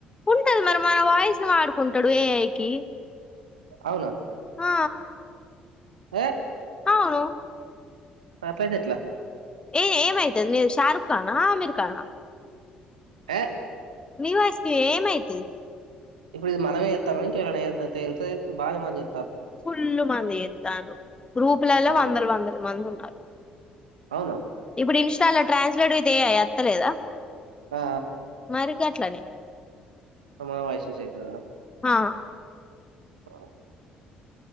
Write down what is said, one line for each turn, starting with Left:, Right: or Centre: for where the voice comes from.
Left: ఉంటది మరి మన వాయిస్ ను వాడుకుంటాడు ఏఐకి
Right: అవునా
Left: ఆ
Right: ఏ
Left: అవును
Right: తాతయ్యదెట్లా
Left: ఏ ఏమయితది మీరు షారుఖ్ కానా అమీర్ ఖానా
Right: ఏ
Left: మేం వస్తే ఏమయితుంది
Right: ఇప్పుడు ఇది మనమే చెత్తానమా ఇంకేవరన్న తేల్థే బానే పన్చె
Left: ఫుల్లు మంది ఛేత్తాండ్రు గ్రూపులలో
Right: అవునా
Left: వందల వందల మంది ఉన్నారు
Right: అవునా
Left: ఇప్పుడు ఇన్స్టాల ట్రాన్స్లేట్ విత్ ఎఐ అత్తలేదా
Right: ఆ
Left: మరిగట్లనే
Right: అమా వైస్ కుచేతద
Left: ఆ
Right: ఓ